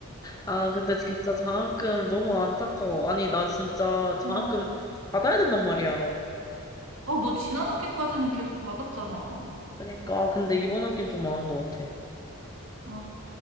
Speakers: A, on the left (about 15°); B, on the right (about 65°).
A: 아, 근데 진짜 장학금 너무 안타까워. 아니, 나 진짜 장학금
B: 어,
A: 받아야 된단 말이야.
B: 어, 너 지난 학기까지는 계속 받았잖아.
A: 그러니까, 아, 근데 이번 학기는 좀 망한 것 같아.
B: 어,